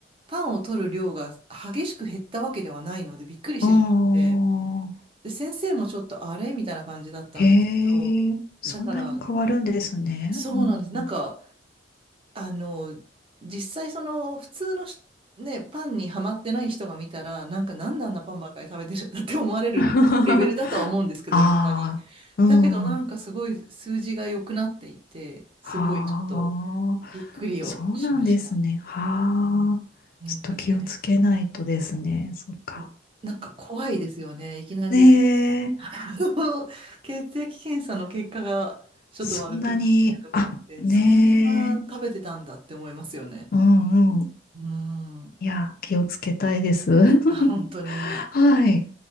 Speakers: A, on the right (about 30°); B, on the left (about 50°).
A: パンを取る量が激しく減ったわけではないので、びっくりしてしまって、
B: ああ、
A: で、先生もちょっとあれみたいな感じだったんですけど、
B: へえ、そんなに変わるんですね。
A: だから、そうなんです。
B: うん、
A: なんか、あの、実際その普通のしね、パンにはまってない人が見たら、なんかなんであんなパンばっかり食べてるんだって思われるレベルだとは思うんですけど、
B: <laughs> ああ、
A: いまだに。
B: うん。
A: だけどなんかすごい数字が良くなっていて、すごいちょっと
B: はあ、
A: びっくりをしました。
B: そうなんですね。はあ、
A: うんなんかね、
B: ちょっと気をつけないとですね。そっか。
A: んなんか怖いですよね。いきなり
B: ねえ、
A: <laughs> あの血液検査の結果がちょっと悪くなっててとか言って、
B: そんなに、あ、ねえ、
A: そんな食べてたんだって思いますよね。
B: うんうん。
A: うん。
B: いや、気をつけたいです。<laughs>
A: あ本当に、
B: はい。